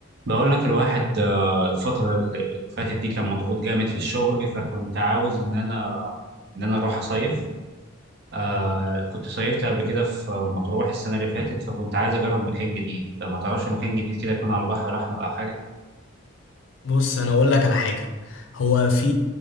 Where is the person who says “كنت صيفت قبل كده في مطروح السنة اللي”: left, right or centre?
Right